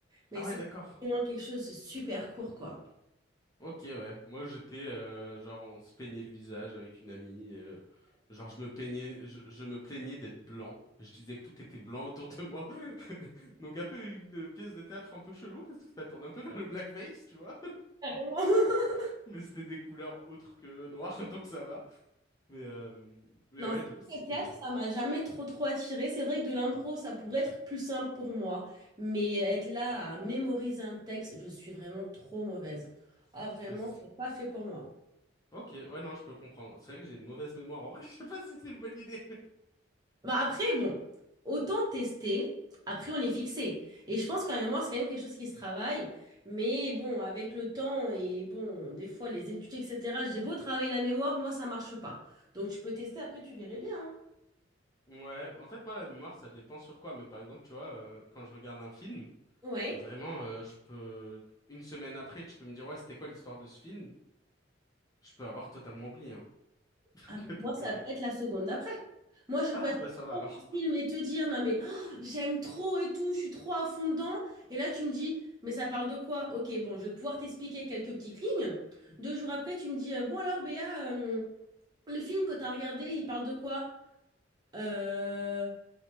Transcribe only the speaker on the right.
mais
c'est
vraiment quelque chose de super court, quoi.
Carrément. <laughs>
Non,
le théâtre, ça m'a jamais trop trop attiré. C'est vrai que de l'impro, ça pourrait être plus simple pour moi, mais être là à mémoriser un texte, je suis vraiment trop mauvaise. Ah, vraiment,
c'est pas fait pour moi.
Bah après, bon, autant tester, après on est fixé. Et je pense qu'en mémoire, c'est quand même quelque chose qui se travaille. Mais bon, avec le temps et bon, des fois les études, etc., j'ai beau travailler la mémoire, moi ça marche pas. Donc tu peux tester, après tu verrais bien.
hein. Ouais.
Ah, mais moi,
ça
peut être la seconde d'après. Moi, je
peux être
en
film et te dire, non mais oh, j'aime trop et tout, je suis trop à fond dedans. Et là, tu me dis, mais ça parle de quoi? Ok, bon, je vais pouvoir t'expliquer quelques petites lignes. Deux jours après, tu me dis, euh, bon alors Béa, euh, Le film que t'as regardé, il parle de quoi? Euh,